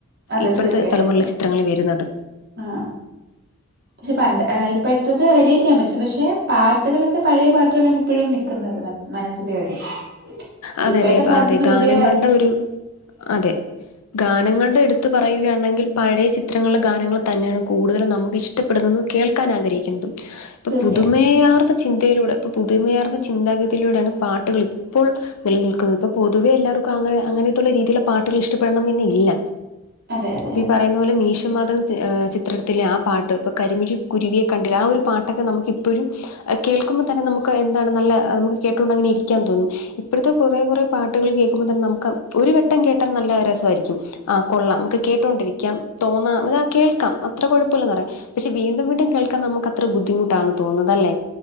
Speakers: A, on the right; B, on the left.
A: അതെ
B: ഇപ്പറത്തെ
A: തീർച്ചയായും
B: തലമുറയിലെ
A: തീർച്ചയായും
B: ചിത്രങ്ങൾ വരുന്നത്.
A: ആഹ്
B: <unintelligible>
A: പക്ഷെ പണ്ട് ഇപ്പഴത്തത് റിലേറ്റ് ചെയ്യാൻ പറ്റും. പക്ഷെ പാട്ടുകളൊക്കെ പഴയ പാട്ടുകളാണ് ഇപ്പഴും നിക്കുന്നത് <unintelligible>
B: അതെ
A: ഇപ്പോഴത്തെ
B: അതെ.
A: പാട്ടിനൊന്നും
B: അതെ ഗാനങ്ങളുടെ
A: വലിയ
B: ഒരു അതെ. ഗാനങ്ങളുടെ എടുത്ത് പറയുകയാണെങ്കിൽ പഴയ ചിത്രങ്ങളിലെ ഗാനങ്ങൾ തന്നേണ് കൂടുതലും നമുക്ക് ഇഷ് ടപ്പെടുന്നതും കേൾക്കാൻ ആഗ്രഹിക്കുന്നതും. ഇപ്പ
A: തീർച്ചയായും
B: പുതുമേയാർന്ന ചിന്തയിലൂടെ ഇപ്പൊ പുതുമയാർന്ന ചിന്താഗതിയിലൂടെയാണ് പാട്ടുകള് ഇപ്പോൾ നിലനിൽക്കുന്നത്. ഇപ്പൊ പൊതുവെ എല്ലാർക്കും അങ്ങനെ അങ്ങനത്തുള്ള രീതിയിലുള്ള പാട്ടുകൾ ഇഷ്ടപ്പെടണം എന്നില്ല.
A: അതെ അതെ
B: ഇപ്പ ഈ
A: അതെ
B: പറയുന്ന ന്നപോലെ മീശമാധവൻ ചിത്രത്തിലെ ആ പാട്ട് ഇപ്പോൾ കരിമിഴി കുരുവിയെ കണ്ടില്ല. ആ ഒരു പാട്ടൊക്കെ നമുക്ക് ഇപ്പഴും കേൾക്കുമ്പോൾ തന്നെ നമുക്ക് എന്താണ് നല്ല നമുക്ക് കേട്ടുകൊണ്ട് അങ്ങനെ ഇരിക്കാൻ തോന്നും. ഇപ്പഴത്തെ കുറെ കുറെ പാട്ടുകൾ കേക്കുമ്പ തന്നെ നമുക്ക് ഒരു വട്ടം കേട്ടാൽ നല്ല രസമായിരിക്കും. ആഹ് കൊള്ളാം. നമുക്ക് കേട്ടൊണ്ടിരിക്കാം തോന്നാം ആഹ് കേൾക്കാം അത്ര കൊഴപ്പമില്ലന്ന് പറയാം. പക്ഷെ വീണ്ടും വീണ്ടും കേൾക്കാൻ നമുക്ക് അത്ര ബുദ്ധിമുട്ടാണ് തോന്നുന്നല്ലേ.